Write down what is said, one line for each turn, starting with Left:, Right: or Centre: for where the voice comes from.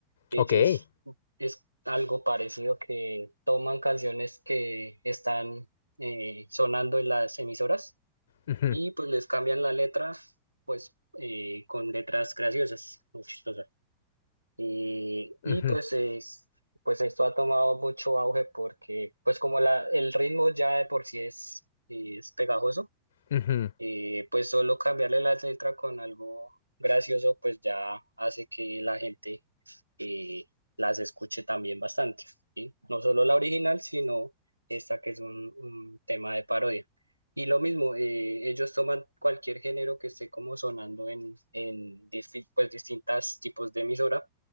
Right: Ellos
Left: Ok.
Right: es algo parecido que toman canciones que están eh, sonando en las emisoras
Left: Ujú,
Right: y pues les cambian la letra, pues eh, con letras graciosas, muy chistosas. Y, y
Left: ujú,
Right: pues, es- pues esto ha tomado mucho auge porque pues como la, el ritmo ya de por sí es, es pegajoso,
Left: ujú.
Right: eh, pues solo cambiarle la letra con algo gracioso pues ya hace que la gente eh, las escuche también bastante, ¿sí? No solo la original, sino esta que es un, un tema de parodia. Y lo mismo, eh, ellos toman cualquier género que esté como sonando en, en disti- pues distintas tipos de emisora